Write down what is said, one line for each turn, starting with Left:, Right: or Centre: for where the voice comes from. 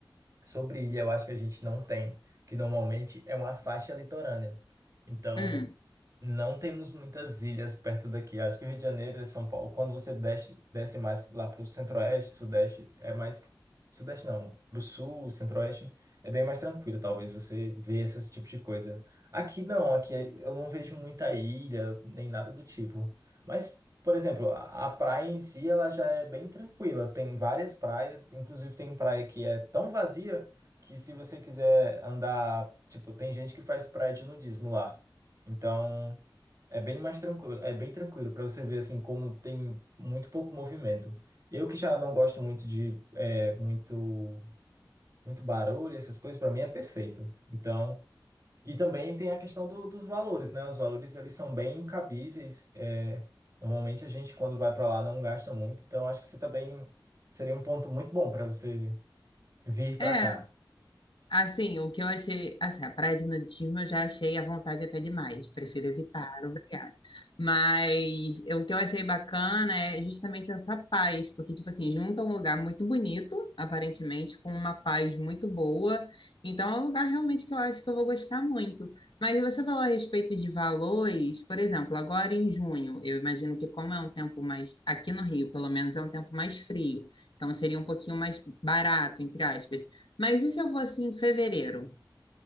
Right: sobre ilha, eu acho que a gente não tem, que normalmente é uma faixa litorânea. Então,
Left: Hum.
Right: Não temos muitas ilhas perto daqui. Acho que o Rio de Janeiro e São Paulo, quando você desce, desce mais lá para o centro-oeste, sudeste, é mais. Sudeste não, para o sul, centro-oeste, é bem mais tranquilo, talvez você vê esse tipo de coisa. Aqui não, aqui é, eu não vejo muita ilha, nem nada do tipo. Mas, por exemplo, a a praia em si, ela já é bem tranquila. Tem várias praias, inclusive tem praia que é tão vazia que se você quiser andar. Tipo, tem gente que faz praia de nudismo lá. Então. É bem mais tranquilo, é bem tranquilo para você ver assim como tem muito pouco movimento. Eu que já não gosto muito de é, muito muito barulho, essas coisas, para mim é perfeito. Então, e também tem a questão do- dos valores, né? Os valores eles são bem cabíveis. é, normalmente a gente quando vai para lá não gasta muito, então acho que você também seria um ponto muito bom para você vir para
Left: É.
Right: cá.
Left: Assim, o que eu achei, assim, a praia de nudismo eu já achei à vontade até demais, prefiro evitar, obrigada. Mas eu- o que eu achei bacana é justamente essa paz, porque, tipo assim, junta um lugar muito bonito, aparentemente, com uma paz muito boa. Então, é um lugar realmente que eu acho que eu vou gostar muito. Mas você falou a respeito de valores, por exemplo, agora em junho, eu imagino que como é um tempo mais, aqui no Rio, pelo menos é um tempo mais frio, então seria um pouquinho mais barato, entre aspas. Mas e se eu fosse em fevereiro?